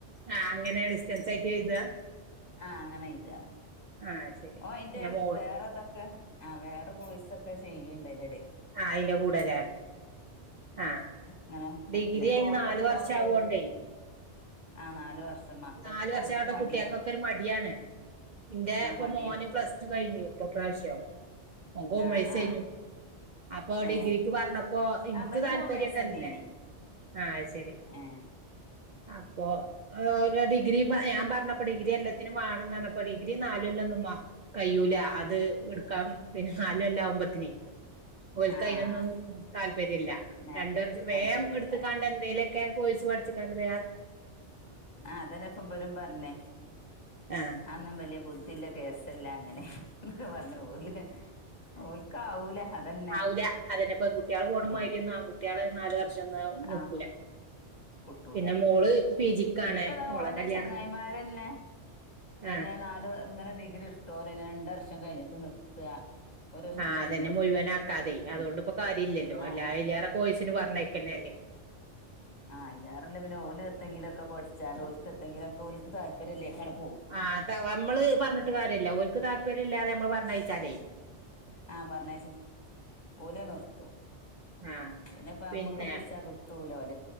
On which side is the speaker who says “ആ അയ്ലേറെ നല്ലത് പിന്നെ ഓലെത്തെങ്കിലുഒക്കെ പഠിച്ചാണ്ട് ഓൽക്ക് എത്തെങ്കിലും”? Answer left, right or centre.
Left